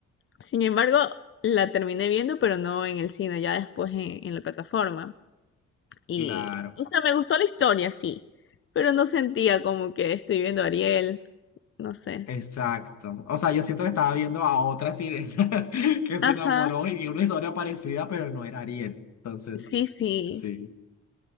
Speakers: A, on the left; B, on the left.
A: Sin embargo, la terminé viendo, pero no en el cine, ya después en, en la plataforma. Y,
B: Claro,
A: o sea, me gustó la historia, sí, pero no sentía como que estoy viendo a Ariel, no sé.
B: exacto. O sea, yo siento que estaba viendo a otra sirena <laughs> que se
A: Ajá,
B: enamoró y vi una historia parecida, pero no era Ariel. Entonces,
A: sí, sí.
B: sí,